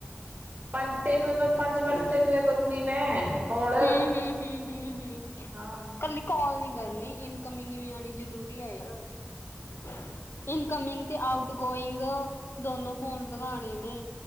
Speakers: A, on the right; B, on the left.
A: ਤਿੰਨ ਤਿੰਨ ਤੇ ਪੰਜ ਵਾਰ ਪੰਜ ਵਾਰ ਤਾਂ ਤੈਨੂੰ ਵੀ ਮੈਂ ਕੋਲ
B: ਹੂੰ, ਹੂੰ, ਹੂੰ, ਹੂੰ, ਹੂੰ
A: ਹਾਂ
B: ਕੱਲੀ ਕਾਲ ਨੀ ਕਰਨੀ, ਇਨਕਮਿੰਗ ਵੀ ਆਉਣੀ ਜ਼ਰੂਰੀ <unintelligible> ਇਨਕਮਿੰਗ ਤੇ ਆਊਟ ਗੋਇੰਗ ਦੋਨੋ। ਫੋਨ ਦਿਖਾਣੇ ਨੇ